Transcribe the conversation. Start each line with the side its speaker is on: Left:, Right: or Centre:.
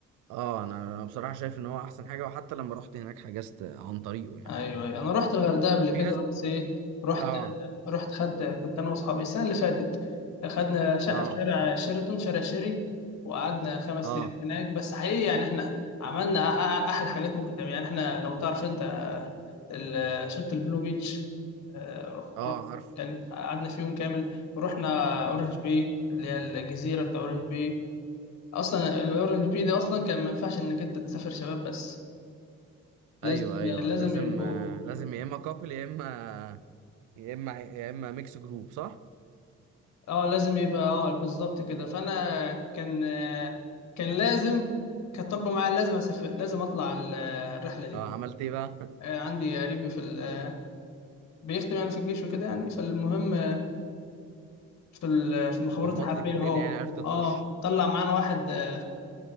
Right: اه انا أنا بصراحة شايف ان هو احسن حاجة وحتى لما رحت هناك حجزت عن طريقه يعني
Left: ايوه ايوه انا رحت الغردقه قبل كده
Right: في ناس
Left: بس ايه رحت
Right: اه
Left: رحت خدت كنت انا واصحابي السنه اللي فاتت خدنا شقه
Right: اه
Left: في شارع شيراتون شارع شيري وقعدنا خمس
Right: اه
Left: ايام هناك بس حقيقي يعني احنا عملنا أ- أ- احلى حاجات ممكن تعمل يعني احنا لو تعرف انت ال- شط البلو بيتش آه، رح
Right: اه
Left: رح
Right: عارف
Left: كان قعدنا في يوم كامل ورحنا اورنج باي اللي هي الجزيره بتاع اورنج باي اصلا الاورنج باي دي اصلا كان ما ينفعش انك انت تسافر شباب بس لازم
Right: ايوه ايوه
Left: لازم
Right: لازم
Left: يبقوا
Right: آه، لازم يا اما كابل يا اما يا اما يا اما ميكس جروب صح
Left: اه لازم يبقى اه بالظبط كده فانا كان آه، كان لازم كانت طالبه معايا لازم اسافر لازم اطلع ال- آه، الرحله دي
Right: اه عملت ايه بقى
Left: آه، عندي قريبي في ال- آه، بيخدم يعني في الجيش وكده يعني فالمهم آه، في ال- آه،
Right: <laughs>
Left: في المخابرات
Right: ظبط
Left: الحربيه
Right: لك الدنيا
Left: هو
Right: يعني عرفت تخش
Left: اه طلع معانا واحد آه،